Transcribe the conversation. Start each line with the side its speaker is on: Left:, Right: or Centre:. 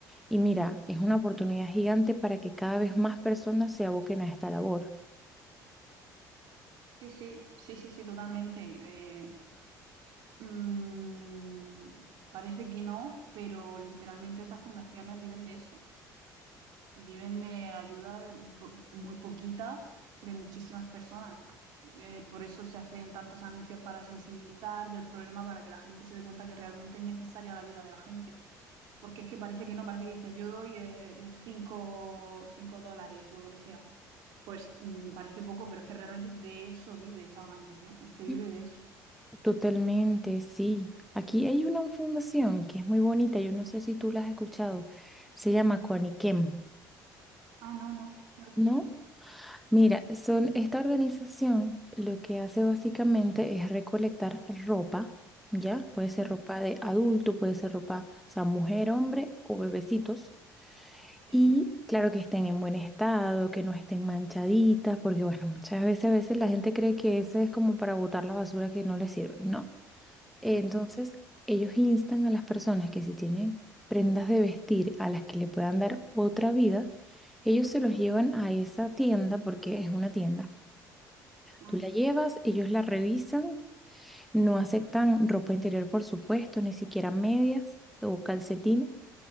Centre: Y mira, es una oportunidad gigante para que cada vez más personas se aboquen a esta labor.
Right: sí, sí, sí, sí, sí, totalmente. Eh, mm, parece que no, pero literalmente estas fundaciones viven de eso. Viven de ayuda de po- muy poquita de muchísimas personas. Eh, por eso se hacen tantos anuncios para sensibilizar del problema, para que la gente se dé cuenta que realmente es necesaria la ayuda de la gente. Porque es que parece que no, parece que dices, yo doy eh, eh, cinco, cinco dólares o lo que sea. Pues mm, parece poco, pero es que realmente de eso vive esa organización. Es que vive
Centre: Mm.
Right: de eso.
Centre: Totalmente, sí. Aquí hay una fundación que es muy bonita, yo no sé si tú la has escuchado, se llama Coaniquem,
Right: Ah, no, no, no lo he escuchado.
Centre: ¿no?
Right: No.
Centre: Mira, son esta organización lo que hace básicamente es recolectar ropa, ¿ya? Puede ser
Right: Mm,
Centre: ropa de adulto, puede ser ropa, o sea, mujer, hombre o bebecitos.
Right: Sí.
Centre: Y claro que estén en buen estado, que no estén manchaditas, porque bueno, muchas veces a veces la gente cree que eso es como para botar la basura que no les sirve. No. Entonces,
Right: Mm,
Centre: ellos instan a las personas que si tienen prendas de vestir a las que le puedan dar otra vida, ellos se los llevan a esa tienda porque es una tienda
Right: ah,
Centre: Tú la llevas, ellos la revisan, no aceptan ropa interior, por supuesto, ni siquiera medias o calcetines,
Right: sí.